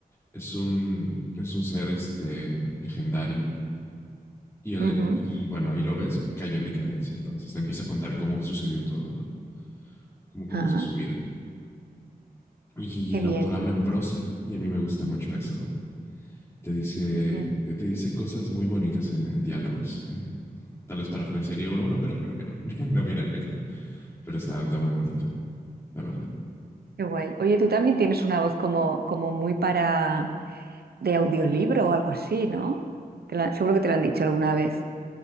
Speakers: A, on the left (about 15°); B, on the right (about 80°).
A: es un, es un ser este, legendario. Y, él,
B: Ujú.
A: y bueno, ahí lo ves, cayó en decadencia. Entonces te empieza a contar cómo sucedió todo, ¿no? Cómo comenzó
B: Ah,
A: su vida. Y
B: qué
A: el
B: bien.
A: autor habla en prosa y a mí me gusta mucho eso, ¿no? Te dice,
B: Mm,
A: te dice cosas muy bonitas en, en diálogos. eh, tal vez parafrasearía uno, pero creo que no, <laughs> no viene al caso. Pero está, está muy bonito, la verdad.
B: Qué guay. Oye, tú también tienes una voz como, como muy para de audiolibro o algo así, ¿no? Te lo- seguro que te lo han dicho alguna vez.